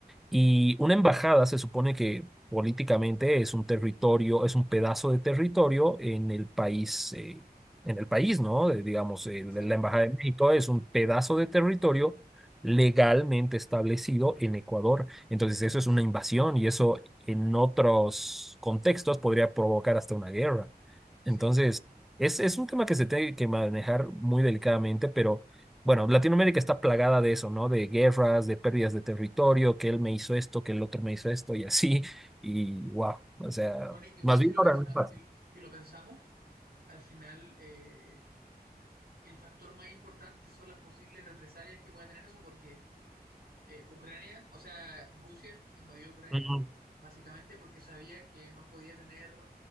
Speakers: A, in the centre; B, on the right.
A: Y una embajada se supone que políticamente es un territorio, es un pedazo de territorio en el país, eh, en el país, ¿no? Eh, digamos, eh, la
B: Exacto,
A: la Embajada de México es un pedazo de territorio legalmente establecido en Ecuador. Entonces, eso es una invasión y eso en otros contextos podría provocar hasta una guerra.
B: sí.
A: Entonces, es, es un tema que se tiene que manejar muy delicadamente, pero... Bueno, Latinoamérica está plagada de eso, ¿no? De guerras, de pérdidas de territorio, que él me hizo esto, que el otro me hizo esto y así. <laughs> Y wow, o sea,
B: Bueno, igual
A: más
B: si
A: bien
B: lo
A: ahora
B: pensa-
A: no es fácil.
B: si, si lo pensamos, al final eh, el factor más importante son las posibles represalias que pueda tener eso, porque eh, Ucrania, o sea, Rusia invadió Ucrania
A: Ujú.
B: básicamente porque sabía que no podía tener